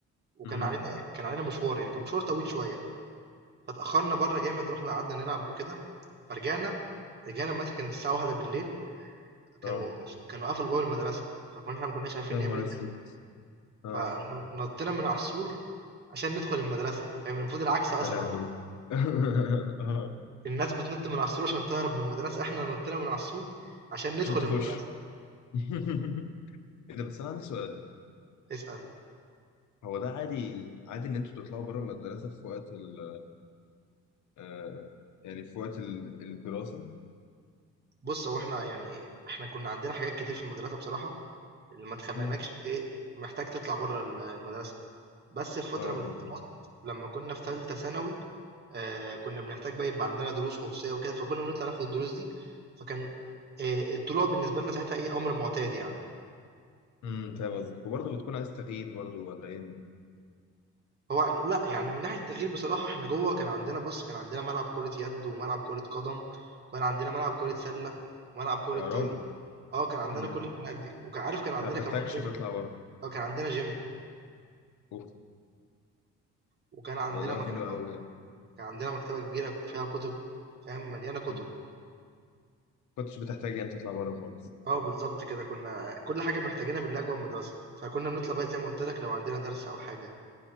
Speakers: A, on the right; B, on the left.
A: وكان
B: امم
A: علينا يعني، كان علينا مشوار يعني كان مشوار طويل شويه فتاخرنا بره جامد رحنا قعدنا نلعب وكده فرجعنا رجعنا متى كانت الساعه واحدة بالليل كانوا
B: اه
A: كانوا قفلوا باب المدرسه فكنا احنا ما كناش عارفين
B: يا
A: نعمل
B: نهار اسود اه
A: فنطينا من على السور عشان ندخل المدرسة فاهم المفروض العكس أصلا
B: يا لهوي <laughs> اه
A: الناس بتنط من على السور عشان تهرب من المدرسة احنا نطينا من على السور عشان
B: عشان
A: ندخل
B: تخش
A: المدرسة
B: <laughs> ايه ده بس انا عندي سؤال
A: اسأل
B: هو ده عادي عادي ان انتوا تطلعوا بره المدرسة في وقت ال آه يعني في وقت ال- الدراسة
A: بص هو احنا يعني احنا كنا عندنا حاجات كتير في المدرسة بصراحة اللي ما تخليناكش
B: امم
A: ايه محتاج تطلع بره ال- المدرسة بس في فترة
B: اه
A: من
B: اه
A: الفترات لما كنا في ثالثة ثانوي آه كنا بنحتاج بقى يبقى عندنا دروس خصوصية وكده فكنا بنطلع ناخد الدروس دي فكان آه الطلوع بالنسبة لنا ساعتها ايه أمر معتاد يعني
B: امم فاهم قصدك وبرضه بتكون عايز تغيير برضه ولا ايه
A: هو لأ، يعني من ناحية التغيير بصراحة إحنا جوّه كان عندنا بُص، كان عندنا ملعب كرة يد، وملعب كرة قدم، وكان عندنا ملعب كرة سلّة، وملعب كرة
B: يا
A: طايرة،
B: راجل
A: آه، كان عندنا
B: امم
A: كل
B: انت
A: الملاعب دي، وكان عارف كان عندنا
B: ما بتحتاجش
A: كمان gym
B: تطلع بره
A: آه، كان عندنا gym
B: اوف
A: وكان عندنا
B: والله
A: مكتبة
B: حلو قوي يعني
A: كان عندنا مكتبة كبيرة فيها كُتب فاهم، مليانة كُتب.
B: مم. كنتش بتحتاج يعني تطلع بره خالص
A: آه، بالضبط كده، كنا كل حاجة محتاجينها بنلاقيها جوّه المدرسة، فكنا بنطلع بقى زي ما قُلت لك لو عندنا درس أو حاجة.